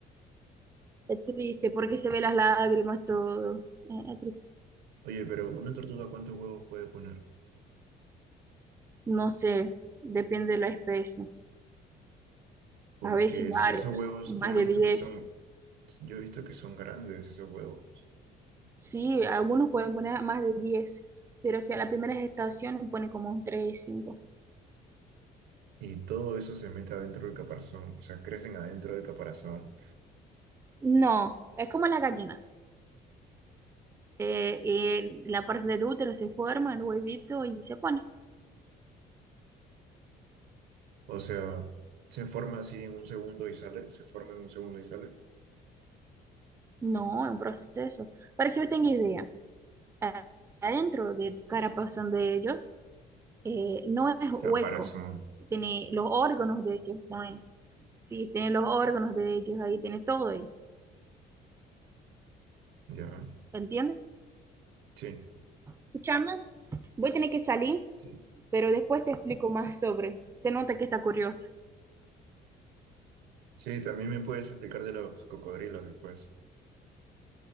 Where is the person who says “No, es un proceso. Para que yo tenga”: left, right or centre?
Right